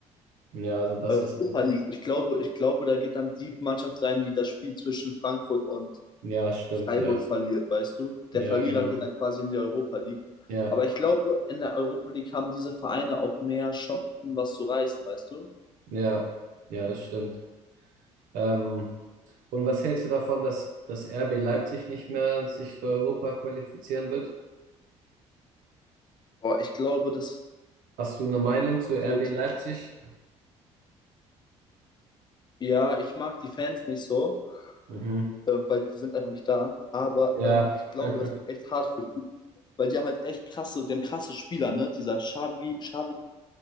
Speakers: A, on the right (about 70°); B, on the left (about 30°).
A: Ja, also das
B: Europa
A: ist eigentlich.
B: League. Ich glaube, ich glaube, da geht dann die Mannschaft rein, die das Spiel zwischen Frankfurt und
A: Ja, stimmt,
B: Freiburg
A: ja.
B: verliert, weißt du?
A: Ja,
B: Der Verlierer
A: genau.
B: geht dann quasi in die Europa League.
A: Ja.
B: Aber ich glaube, in der Europa League haben diese Vereine auch mehr Chancen, was zu reißen, weißt du?
A: Ja, ja, das stimmt. Ähm, und was hältst du davon, dass das RB Leipzig nicht mehr sich für Europa qualifizieren wird?
B: Boah, ich glaube, das
A: Hast du eine Meinung zu RB
B: wird.
A: Leipzig?
B: Ja, ich mag die Fans nicht so,
A: Mhm.
B: äh, weil die sind einfach nicht da. Aber
A: Ja.
B: ähm, ich glaube,
A: <laughs>
B: das wird echt hart für die, weil die haben halt echt krasse, die haben krasse Spieler, ne? Dieser Xavi, Xavi,